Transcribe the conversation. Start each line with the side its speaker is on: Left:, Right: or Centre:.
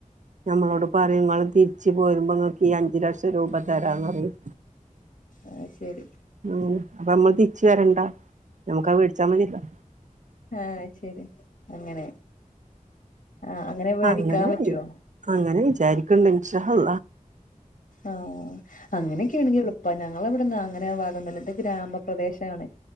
Right: ഞമ്മളോട് പറയും ഇങ്ങള് തിരിച്ച് പോരുമ്പോ ഇങ്ങക്ക് ഈ അഞ്ച് ലക്ഷം രൂപ തരാന്ന് പറയും
Left: ആഹ് ശരി
Right: അങ്ങനെ അപ്പൊ നമ്മള് തിരിച്ച് വരണ്ടാ നമ്മുക്കത് വേടിച്ചാ മതിയല്ലോ
Left: ആഹ് ശരി അങ്ങനെ ആഹ് അങ്ങനെ വേടിക്കാൻ
Right: അങ്ങനെ
Left: പറ്റോ
Right: അങ്ങനെ വിചാരി ക്ക്ന്ന് ഇൻഷാ അള്ളാ
Left: ആഹ് അങ്ങനെക്കാണെങ്കി എള് പ്പാ ഞങ്ങളെ ഇവിടന്ന് അങ്ങനെ ഭാഗന്നല്ല ഇത് ഗ്രാമ പ്രദേശാണ്